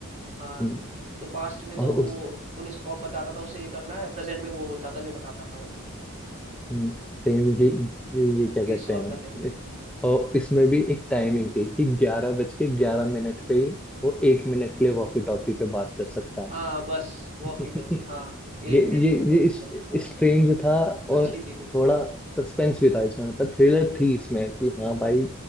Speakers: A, on the right (about 35°); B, in the centre.
A: हाँ
B: हम्म,
A: तो पास्ट में
B: और
A: तो वो
B: उस
A: पुलिस कॉप बताता था उसे ये करना है प्रेजेंट में वो होता था जो बताता था वो
B: हम्म, सेम ये ये क्या
A: केस
B: कहते
A: सॉल्व
B: हैं
A: करने के लिए
B: इस, और इसमें भी एक टाइमिंग थी कि ग्यारह बज के ग्यारह मिनट पे ही वो एक मिनट के लिए वॉकी टॉकी पे बात कर सकता है
A: हाँ बस वॉकी
B: <laughs>
A: टॉकी हाँ
B: ये
A: एक मिनट
B: ये
A: के लिए वॉकी
B: ये इस
A: टॉकी पार्ट
B: स्ट्रेंज था और
A: अच्छी थी देखो
B: थोड़ा सस्पेंस भी था इसमें मतलब थ्रिलर थी इसमें कि हाँ भाई